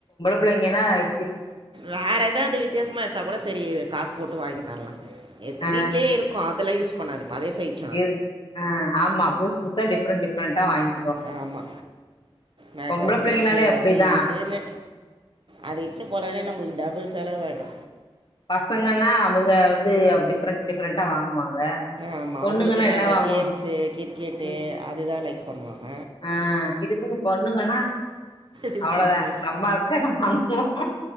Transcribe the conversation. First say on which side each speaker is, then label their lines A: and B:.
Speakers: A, on the left; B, on the right.
A: ப்லங்கெனாய்
B: வேற ஏதாது வித்தியாசமா எத்தா கூட சரி காஸ் போட்டு வாங்கி தர்லா எத்து
A: ஆ
B: வீட்லே இருக்கு அதெல்லா யூஸ் பண்ணாது பழே செய்
A: தியத் ஆ ஆமா புஸ் புஸ்ஸா டிஃப்ரெண் டிஃப்ரெண்ட்டா வாங்
B: ஆமா மேக்கப்
A: பொம்பள
B: ப்ரஷ்ஷு
A: புள்ளைங்கனாலே அப்டிதா
B: அது இதுனு அத இட்னு போலாலே நம்பளுக்கு டபுள் செலவாய்டு
A: பசங்கன்னா அவங்க வந்து அவ் டிஃப்ரண் டிஃப்ரண்ட்டா வாங்குவாங்க
B: ஆமா
A: பொண்ணுங்கன்னா
B: அவங்களுக் கிட்னந்த
A: என்ன வாங்கு
B: கேம்ஸு கிர்க்கெட்டு
A: ம்
B: அதுதா லைக் பண்வாங்க
A: ஆ இதுக்கு பொண்ணுங்கன்னா
B: லிப்ஸ்டிக்கு
A: அவ்ளதா நம்மாஸ் <unintelligible>